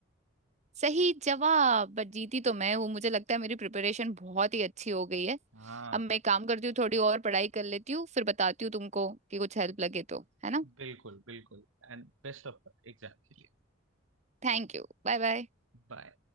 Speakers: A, on the right; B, on the right.
A: सही जवाब बट जीती तो मैं हूँ मुझे लगता है मेरी प्रिपरेशन बहुत ही अच्छी हो गई है
B: हाँ
A: अब मैं एक काम करती हूँ थोड़ी और पढ़ाई कर लेती हूँ फिर बताती हूँ तुमको कि कुछ हेल्प लगे तो है ना
B: बिल्कुल बिल्कुल And best of luck exam के लिए
A: Thank you Bye bye
B: बाय